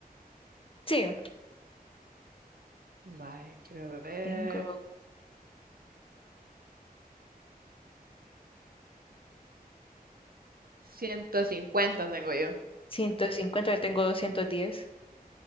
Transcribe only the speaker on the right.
Vaya, quiero ver.
ciento cincuenta tengo yo.